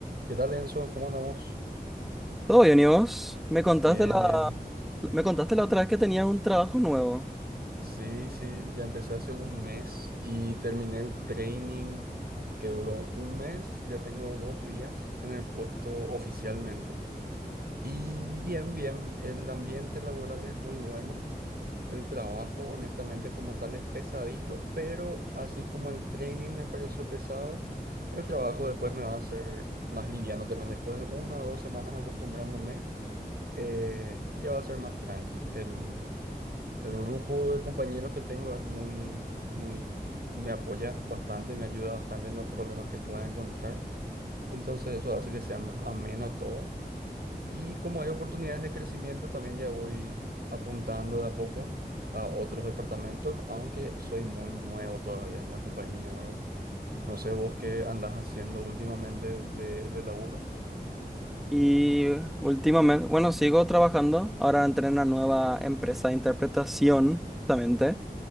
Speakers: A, on the right; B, in the centre.
A: ¿Qué tal, Enzo? ¿Cómo andamos?
B: Todo bien, ¿y vos? Me contaste
A: Bien,
B: la,
A: bien.
B: me contaste la otra vez que tenías un trabajo nuevo.
A: Sí, sí, ya empecé hace un mes y terminé el training que duró un mes. Ya tengo dos días en el puesto oficialmente. Y bien, bien, el ambiente laboral es muy bueno. El trabajo, honestamente, como tal, es pesadito, pero así como el training me pareció pesado, el trabajo después me va a hacer más liviano también. Después de una o dos semanas acostumbrándome. eh, ya va a ser más tranqui. El, el grupo de compañeros que tengo es muy, muy, me apoya bastante, me ayuda bastante en los problemas que pueda encontrar. Entonces eso hace que sea más ameno todo. Y como hay oportunidades de crecimiento, también ya voy apuntando de a poco a otros departamentos, aunque soy muy nuevo todavía en la compañía, ¿verdad? No sé vos qué andás haciendo últimamente de, de laburo.
B: Y últimamente, bueno, sigo trabajando. Ahora entré en una nueva empresa de interpretación, justamente,